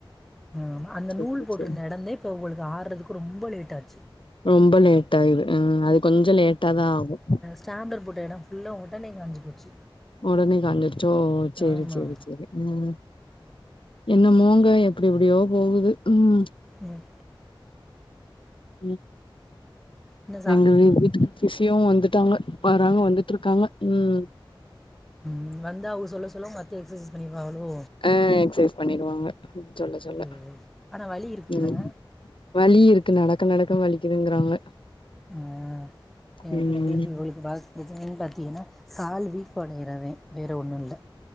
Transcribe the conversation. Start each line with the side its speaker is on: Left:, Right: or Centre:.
Centre: ஆ அந்த
Left: சேரி
Centre: நூல் போட்டிருந்த
Left: சேரி
Centre: இடம்ந்தே இப்ப உங்களுக்கு ஆறதுக்கு ரொம்ப லேட் ஆச்சு
Left: ரொம்ப லேட் ஆகுது ஆ அது கொஞ்சம் லேட்டா தான் ஆகும்
Centre: சாம்பளர்போட்ட இடம் ஃபுல்லா உடனே காஞ்சி போச்சு
Left: உடனே காஞ்சிருச்சோ செரி
Centre: ஆமாம்
Left: செரி செரி ம் என்ன மூங்க எப்டி இப்டியோ போகுது ம்
Centre: உம்
Left: ம்
Centre: என்ன சா
Left: எங்க வீட்டுக்கு பிசியவும் வந்துட்டாங்க வறாங்க வந்துட்டு இருக்காங்க உம்
Centre: ம் வந்தா அவங்க சொல்ல சொல்ல மத்தி எக்சசைஸ் பண்ணிடுவாங்களோ
Left: ஆ எக்ஸசைஸ் பண்ணிடுவாங்க சொல்ல சொல்ல
Centre: சரி ஆனால் வலி இருக்குன்னாங்க
Left: உம் வலி இருக்கு நடக்க நடக்க வலிக்குதுங்கிறாங்க
Centre: ஆ எங்க வீட்ல
Left: ம்
Centre: எங்ளுக்கு இவளு டாக் பிரச்சனனு பாத்தீங்கன்னா கால் வீக்கடையிறவேன் வேற ஒன்னும் இல்ல